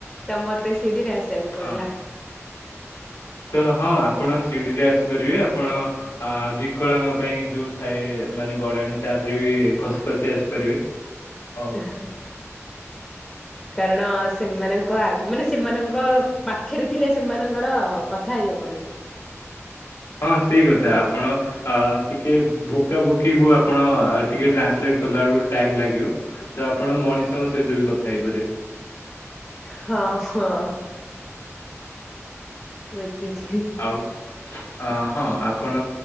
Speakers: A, on the left (about 15°); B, on the left (about 80°).
A: ତ ମତେ ଶିଡିିରେ ଆସିବାକୁ
B: ହଁ
A: ପଡିଲା।
B: ତ ହଁ ଆପଣ ଶିଡିିରେ ଆସ ଖ ପାରିବେ ଆପଣ ଆ ବିକଳାଙ୍ଗ ପାଇଁ ଯୋଉ ଥାଏ ମାନେ ଗଡାଣି ତା ଦେହରେ ବି ଖସ୍ ବସି ଆସିପାରିବେ ହଉ
A: ହ କାରଣ ସେ ସେମାନଙ୍କ ଆ ମାନେ ସେମାନଙ୍କ ପାଖରେ ଥିଲେ ସେମାନଙ୍କର କଥା ହେଇ ହବନି
B: <inaudible> ହଁ ସେଇ କଥା ଆପଣ ଟିକେ ଭୋକା ଭୋକି କୁ ଆପଣ ଟିକେ ଟ୍ରାନ୍ସଲେଟ କଲା ବେଳକୁ ଟାଇମ ଲାଗିବ ତ ଆପଣ ମଣିଷଙ୍କ ସହିତ ବି କଥା ହେଇପାରିବେ।
A: ହଁ ହଁ ବୁଝିଲି।
B: ଆଉ ଅ ହଁ ଆପଣ